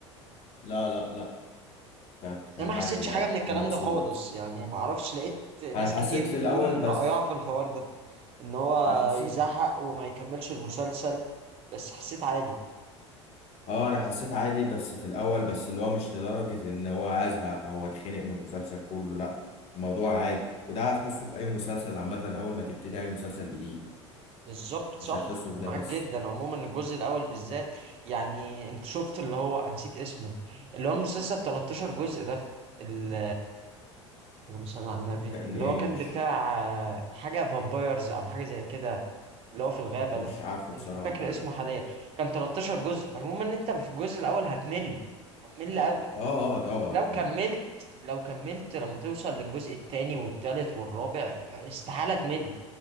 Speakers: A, on the left; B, on the right.
A: لا لا لا كانت كان
B: انا ما
A: عادي
B: حسيتش
A: يعني
B: حاجه من
A: كنت
B: الكلام
A: مبسوط
B: ده خالص يعني ما اعرفش لقيت ناس
A: انا حسيت
B: كتير بتقول
A: في الاول بس
B: رايها في الحوار ده ان هو
A: انا حسيت
B: يزهق وما يكملش المسلسل بس حسيت عادي
A: اه انا حسيت عادي بس في الاول بس اللي هو مش لدرجة ان هو ازهق او اتخنق من المسلسل كله لا الموضوع عادي وده هتحسه في اي مسلسل عامة اول ما تبتدي اي مسلسل جديد
B: بالظبط صح
A: مش هتحسه
B: انا
A: في ده
B: معاك
A: بس
B: جدا عموما الجزء الاول بالذات يعني انت شفت اللي هو أنا نسيت اسمه اللي هو المسلسل 13 جزء ده ال- اللهم صل على النبي
A: كان
B: اللي
A: ايه
B: هو كان
A: مش
B: بتاع آه، حاجه فامبايرز او حاجه زي كده اللي هو في الغابة
A: مش
B: ده
A: عارفه بصراحة
B: أنا مش فاكر
A: ده
B: اسمه حاليا كان 13 جزء عموما أنت في الجزء الأول هتمل هتمل قوي
A: اه اه طبعا
B: لو
A: اه
B: كملت لو كملت لما توصل للجزء التاني والتالت والرابع استحالة تمل